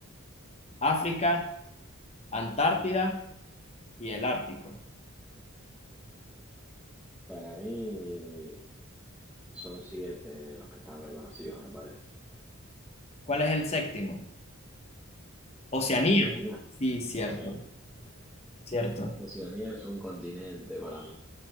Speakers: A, on the left; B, in the centre.
A: África, Antártida y el Ártico.
B: Para mí son siete los que están reconocidos, me parece.
A: ¿Cuál es el séptimo? Oceanía.
B: Oceanía,
A: Sí, cierto,
B: sí.
A: cierto.
B: Oceanía es un continente para mí.